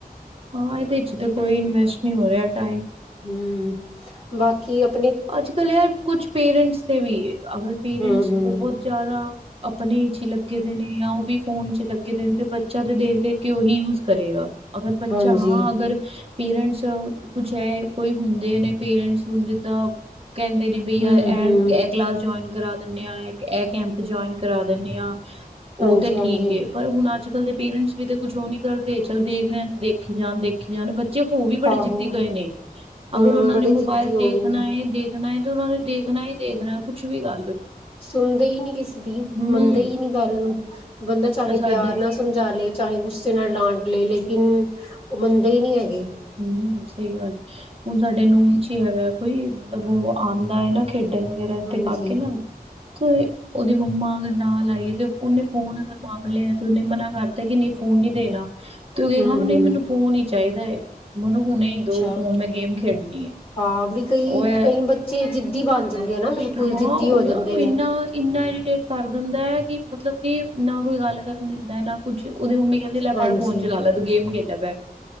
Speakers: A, on the right; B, on the left.
A: ਹਾਂ ਇਹਦੇ ਚ ਤਾਂ ਕੋਈ ਇਨਵੈਸਟ ਨੀ ਹੋ ਰਿਹਾ ਟਾਈਮ।
B: ਹੂੰ ਬਾਕੀ ਅਪ
A: ਅੱਜ ਕੱਲ ਯਾਰ ਕੁੱਛ ਪੇਰੈਂਟਸ ਤੇ ਵੀ ਅਗਰ ਪੇਰੈਂਟਸ
B: ਹੂੰ-ਹੂੰ
A: ਬਹੁਤ ਜ਼ਿਆਦਾ ਆਪਣੇ ਚ ਹੀ ਲੱਗੇ ਦੇ ਨੇ ਜਾਂ ਉਹ ਵੀ ਫੋਨ ਚ ਲੱਗੇ ਰਹਿੰਦੇ ਬੱਚਾ ਤੇ ਦੇਖ ਦੇਖ ਕੇ ਉਹੀ ਯੂਜ਼ ਕਰੇਗਾ ਅਗਰ ਬੱਚਾ
B: ਹਾਂਜੀ।
A: ਹਾਂ ਅਗਰ ਪੇਰੈਂਟਸ ਕੁਛ ਇਹ ਕੋਈ ਹੁੰਦੇ ਨੇ ਪੇਰੈਂਟਸ ਹੁਣ ਜਿੱਦਾਂ ਕਹਿੰਦੇ ਨੇ ਬਈ
B: ਹੂੰ-ਹੂੰ
A: ਅ ਏ ਇਹ ਕਲਾਸ ਜੁਆਇਨ ਕਰਾ ਦਿੰਦੇ ਹਾਂ ਇੱਕ ਇਹ ਕੈਂਪ ਜੁਆਇਨ ਕਰਾ ਦੀਣੇ ਹਾਂ।
B: ਹਾਂਜੀ-ਹਾਂਜੀ
A: ਉਹ ਤਾਂ ਠੀਕ ਏ ਪਰ ਹੁਣ ਅੱਜ ਕੱਲ ਦੇ ਪੇਰੈਂਟਸ ਵੀ ਤੇ ਕੁੱਛ ਉਹ ਨੀ ਕਰਦੇ ਚੱਲ ਦੇਖ ਰਹੇ ਤੇ ਦੇਖੇ ਜਾਣ ਦੇਖੇ ਜਾਣ ਬੱਚੇ ਚੇ ਹੋ ਵੀ ਬੜੇ
B: ਆਹੋ
A: ਜਿੱਦੀ ਗਏ ਨੇ
B: ਹੂੰ
A: ਅਗਰ ਉਹਨਾਂ
B: ਬੜੇ
A: ਨੇ
B: ਜਿੱਦੀ
A: ਮੋਬਾਇਲ
B: ਹੋ
A: ਦੇਖਣਾ
B: ਗਏ ਨੇ।
A: ਏ ਦੇਖਣਾ ਏ ਤੇ ਉਹਨਾਂ ਨੇ ਦੇਖਣਾ ਹੀ ਦੇਖਣਾ ਕੁਛ ਵੀ ਗੱਲ
B: ਸੁਣਦੇ ਈ ਨੀ ਕਿਸੇ ਦੀ
A: ਹੂੰ
B: ਮੰਨਦੇ ਈ ਨੀ ਗੱਲ ਨੂੰ ਬੰਦਾ ਚਾਹੇ
A: ਸਾਡੇ
B: ਪਿਆਰ ਨਾਲ ਸਮਝਾ ਲਏ ਚਾਹੇ ਗੁੱਸਾ ਸੇ ਨਾਲ ਡਾਂਟ ਲਏ ਲੇਕਿਨ ਉਹ ਮੰਨਦੇ ਈ ਨੀ ਹੈਗੇ।
A: ਹੂੰ ਸਹੀ ਗੱਲ ਏ ਹੁਣ ਸਾਡੇ ਨੂਨ ਚ ਹੀ ਹੈਗਾ ਕੋਈ ਮਤਲਬ ਉਹ ਆਉਂਦਾ ਏ ਨਾ ਖੇਡਣ ਵਗੈਰਾ ਇੱਥੇ
B: ਹਾਂਜੀ
A: ਕਾਕੇ ਨਾ ਤੇ ਉਹਦੇ ਮੰਮਾ ਅਗਰ ਨਾਲ ਆਈਏ ਤੇ ਉਹਨੇ ਫੋਨ ਅਗਰ ਮੰਗ ਲਿਆ ਤੇ ਉਹਨੇ ਮਨਾ ਕਰਤਾ ਕਿ ਨਈ ਫੋਨ ਨੀ ਦੇਣਾ। ਤੂੰ ਦੇਖਨਾ
B: ਹੂੰ
A: ਉਹ
B: ਹੂੰ
A: ਨੇ ਮੈਨੂੰ ਫੋਨ ਈ ਚਾਹੀਦਾ ਏ। ਮੈਨੂੰ ਹੁਣੇ ਈ
B: ਅੱਛਾ
A: ਦੋ ਫੋਨ ਮੈਂ ਗੇਮ ਖੇਡਣੀ ਹੈ
B: ਹਾਂ ਵੀ ਕਈ
A: ਉਹ‌ ਏ,
B: ਕਈ ਬੱਚੇ ਜਿੱਦੀ ਬਣ ਜਾਂਦੇ ਆ ਨਾ ਬਿਲਕੁਲ
A: ਹਾਂ
B: ਜਿੱਦੀ
A: ਉਹ
B: ਹੋ
A: ਯਾਰ
B: ਜਾਂਦੇ ਨੇ
A: ਇਨਾ ਇੰਨਾ ਇਰੀਟੇਟ ਕਰ ਦਿੰਦਾ ਏ ਕਿ ਮਤਲਬ ਕਿ ਨਾ ਕੋਈ ਗੱਲ ਕਰਨ ਦੇ ਨਾ ਕੁੱਛ ਉਹਦੀ ਮੰਮੀ ਕਹਿੰਦੀ ਲੈ
B: ਹਾਂਜੀ
A: ਫੜ ਫੋਨ ਚਲਾ ਲੈ ਤੂੰ ਗੇਮ ਖੇਲੈ ਪੈਲਾ